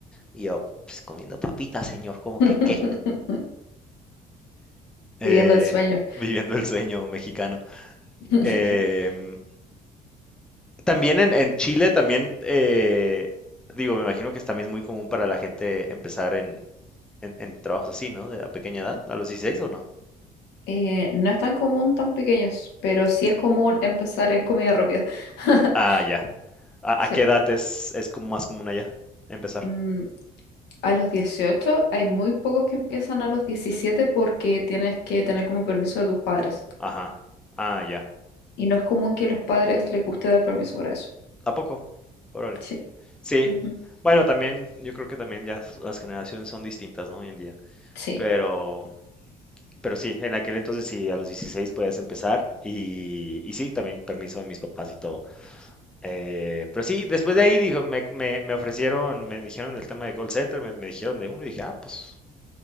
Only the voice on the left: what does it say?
<laughs>
Viviendo el sueño.
<laughs>
Eh, no es tan común tan pequeños, pero sí es común empezar en comida rápida. <laughs>
Sí.
Mm, A los 18 hay muy pocos que empiezan a los 17 porque tienes que tener como permiso de tus padres.
Y no es común que a los padres les guste dar permiso para eso.
Sí.
Ujú.
Sí.